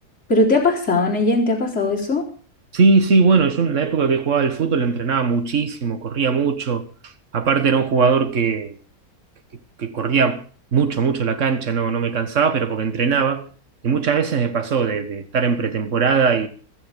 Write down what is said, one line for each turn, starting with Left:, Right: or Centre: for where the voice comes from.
Left: ¿pero te ha pasado, Neyen? ¿Te ha pasado eso?
Right: sí, sí, bueno, yo en la época que jugaba al fútbol entrenaba muchísimo, corría mucho. Aparte era un jugador que, que corría mucho, mucho la cancha, no, no me cansaba, pero porque entrenaba. Y muchas veces me pasó de, de estar en pretemporada